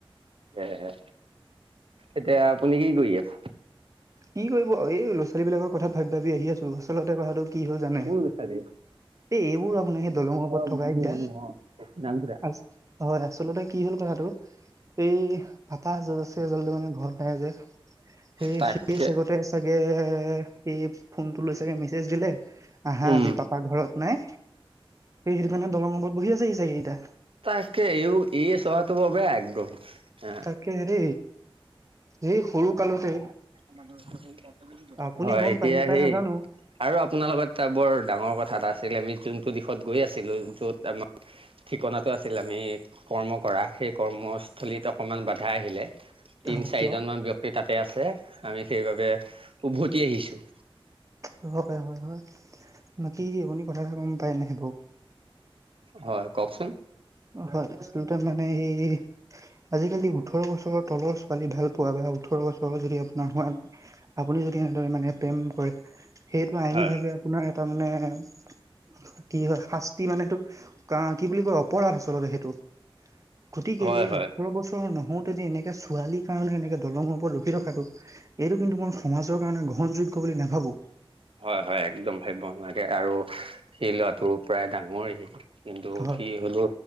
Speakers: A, on the right; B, on the right.
A: সেইয়াহে, এতিয়া আপুনি কি কৰি আছে?
B: কি কৰিব, এই লৰা-ছোৱালী বিলাকৰ কথা ভাবি, ভাবি আহি আছো, আচলতে কথাটো কি হ'ল জানে,
A: কোন ল'ৰা ছোৱালী?
B: এই এইবোৰ আপোনাৰ সেই দলঙৰ ওপৰত
A: অ,
B: থকা
A: মানুহ
B: কেইটা
A: মানুহ অ, নাম ঘোঁৰা।
B: আজ হয়, আচলতে কি হ'ল কথাটো এই আপা জলচে জলটো মানে ঘৰতে আহে যে সেই-সেই
A: তাকে
B: চাগতে চাগে এই ফোনটো লৈ চাগে মেছেজ দিলে আহা
A: উম
B: আজি পাপা ঘৰত নাই, এই সেইটো কাৰণে দলং ওপৰত বহি আছেহি চাগে এইকেইটা।
A: তাকে, এই স্বভাৱটো বৰ বেয়া একদম হা।
B: তাকে হেৰি এই সৰু কালতে
A: <unintelligible>
B: আপুনি
A: হয়
B: গম
A: এতিয়া
B: পাই নাপায়
A: সেই
B: নাজানো
A: আৰু আপোনাৰ লগত এটা বৰ ডাঙৰ কথা এটা আছিলে, আমি যোনটো দিশত গৈ আছিলো য'ত আমাৰ ঠিকনাটো আছিল আমি কৰ্ম কৰা, সেই কৰ্মস্থলীত অকণমান বাধা আহিলে। তিন
B: আহ
A: চাৰিজন
B: কিয়
A: মান ব্যক্তি তাতে আছে, আমি সেইবাবে উভতি আহিছো।
B: হব পাৰে হয় নহয়। বাকি আপুনি কথা এটা গম পায় নে বাৰু।
A: হয় কওকচোন।
B: হয়, আচলতে মানে এই আজিকালি ওঠৰ বছৰৰ তলৰ ছোৱালী ভাল পোৱা বা ওঠৰ বছৰ যদি আপোনাৰ হোৱা আপুনি যদি সেনেদৰে মানে প্ৰেম কৰে, সেইটো আইনী
A: হয়
B: ভাৱে আপোনাৰ এটা মানে কি হয়, শাস টি মানে সেইটো কি বুলি কয় অপৰাধ আচলতে সেইটো, গতিকে
A: হয়
B: এই
A: হয়
B: ওঠৰ বছৰ <unintelligible> নহওতে এনেকে ছোৱালীৰ কাৰণে এনেকে দলঙৰ ওপৰত ৰখি ৰখাটো এইটো কিন্তু মই সমাজৰ কাৰণে গ্ৰহণযোগ্য বুলি নাভাবোঁ।
A: হয় হয়, একদম ভাবিব নোৱাৰি আৰু সেই ল'ৰাটো প্ৰায় ডাঙৰেই কিন্তু
B: হয়
A: সি হ'লো